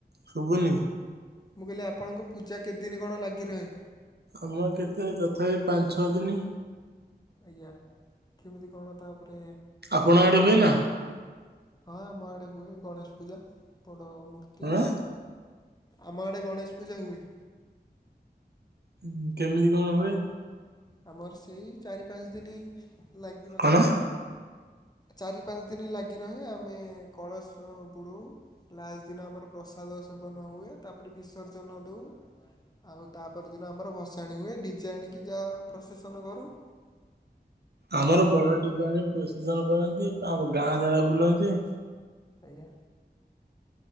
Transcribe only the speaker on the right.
ଶୁଭୁନି।
ଆମ କେତେ ତଥାପି ପାଞ୍ଚ ଛଅ ଦିନି।
ଆପଣ ଆଡେ ହୁଏ ନା।
ଆଁ
ହୁଁ କେମିତି କଣ ହୁଏ?
କଣ
ଆମର ବଡ ଡିଜେ ଆଣିକି ପ୍ରସେସନ କରନ୍ତି। ଆଉ ଗାଁ ସାରା ବୁଲନ୍ତି।